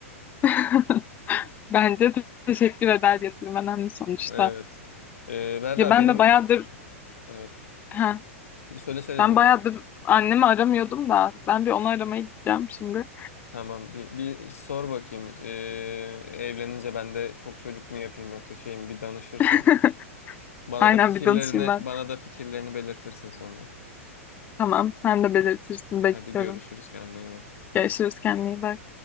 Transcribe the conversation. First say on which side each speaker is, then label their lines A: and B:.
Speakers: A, on the left; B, on the left.
A: <laughs> Bence de teşekkür eder yatırım önemli sonuçta.
B: Evet. Ee, Berra
A: Ya ben
B: benim
A: de bayağıdır
B: evet
A: ha
B: söyle söyle
A: ben
B: dinle.
A: bayağıdır annemi aramıyordum da ben bir onu aramaya gideceğim şimdi.
B: Tamam bir, bir sor bakayım. Ee, evlenince ben de çok çocuk mu yapayım yoksa şey mi bir danışırsın.
A: <laughs>
B: Bana
A: Aynen
B: da fikirlerini
A: bir danışayım ben.
B: bana da fikirlerini belirtirsin sonra.
A: Tamam sen de belirtirsin bekliyorum.
B: Hadi görüşürüz kendine iyi bak.
A: Görüşürüz kendine iyi bak.